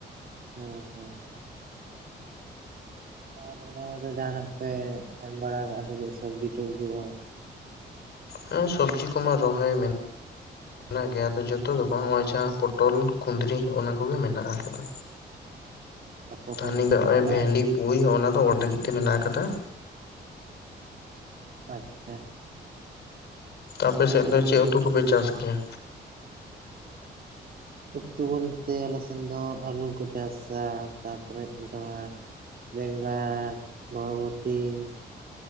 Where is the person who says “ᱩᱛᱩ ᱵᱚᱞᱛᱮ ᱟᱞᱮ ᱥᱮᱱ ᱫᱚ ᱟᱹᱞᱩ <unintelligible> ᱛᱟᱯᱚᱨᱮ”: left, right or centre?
Right